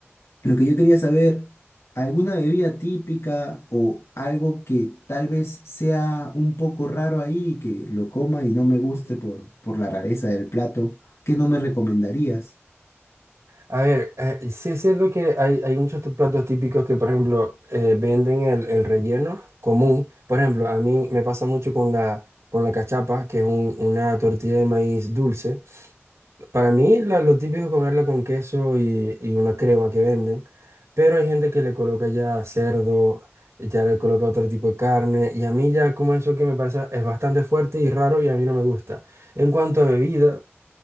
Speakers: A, on the left; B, on the right.
A: lo que yo quería saber, ¿alguna bebida típica o algo que tal vez sea un poco raro ahí y que lo coma y no me guste por, por la rareza del plato? ¿Qué no me recomendarías?
B: A ver, eh, sí es cierto que hay, hay muchos t- platos típicos que, por ejemplo, eh, venden el, el relleno común. Por ejemplo, a mí me pasa mucho con la, con la cachapa, que es un- una tortilla de maíz dulce. Para mí, la- lo típico es comerla con queso y, y una crema que venden, pero hay gente que le coloca ya cerdo, ya le coloca otro tipo de carne, y a mí ya como eso que me parece es bastante fuerte y raro y a mí no me gusta. En cuanto a bebidas,